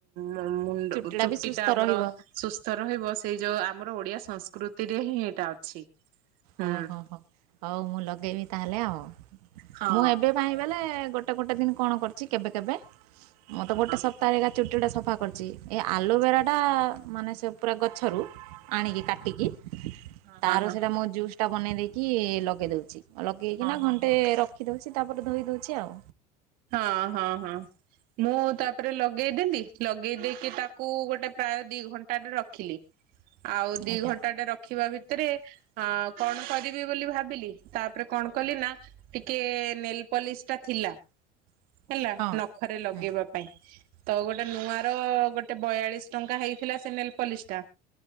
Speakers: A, on the right; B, on the right.
A: ମୋ ମୁଣ୍ଡକୁ
B: ଚୁଟିଟା
A: ଚୁଟି
B: ବି ସୁସ୍ଥ
A: ଟା ଆମର
B: ରହିବ।
A: ସୁସ୍ଥ ରହିବ ସେଇ ଯୋଉ ଆମର ଓଡିଆ ସଂସ୍କୃତିରେ ହିଁ ଏଇଟା ଅଛି। ହୁଁ
B: ଓ ହୋ ହୋ ହଉ ମୁଁ ଲଗେଇବି ତାହେଲେ ଆଉ
A: ହଁ
B: ମୁଁ ଏବେ ବା ବଲେ ଗୋଟେ ଗୋଟେ ଦିନ କଣ କରିଚି କେବେ କେବେ ମୁତ ତ ଗୋଟେ
A: ହଁ
B: ସପ୍ତାହରେ ଚୁଟି ଗୁଡାକ ସଫା କରିଚି ଏ ଆଲୋଭେରା ଟା ମାନେ ସେ ପୁରା ଗଛରୁ ଆଣିକି କାଟିକି
A: ହଁ ହଁ
B: ତାର
A: ହଁ ହଁ ହଁ
B: ସେଇଟା ମୁଁ ଜୁସ୍ ଟା ବନେଇ ଦେଇକି ଲଗେଇ ଦଉଚି ଲଗେଇକିନା
A: ହଁ ହଁ
B: ଘଣ୍ଟେ
A: ହଁ।
B: ରଖି ଦଉଚି ତାପରେ ଧୋଇ ଦଉଚି ଆଉ।
A: ହଁ ହଁ ହଁ। ମୁଁ ତାପରେ ଲଗେଇଦେଲି ଲଗେଇ ଦେଇକି ତାକୁ ଗୋଟେ ପ୍ରାୟ ଦି ଘଣ୍ଟରେ ରଖି ଲି ଆଉ ଦି
B: ଆଜ୍ଞା
A: ଘଣ୍ଟାଟେ ରଖିବା ଭି ତରେ ଅ କଣ କରିବି ବୋଲି ଭାବିଲି ତାପରେ କଣ କଲି ନା ଟିକେ ନେଲ୍ ପଲିସ୍ ଟା ଥିଲା ହେଲା
B: ହଁ
A: ନଖରେ ଲଗେଇବା
B: ହଁ
A: ପାଇଁ ତ ଗୋଟେ ନୂଆ ର ଗୋଟେ ବୟାଳିଶ୍ ଟଙ୍କା ହେଇଥିଲା ସେ ନେଲ୍ ପଲିସ୍ ଟା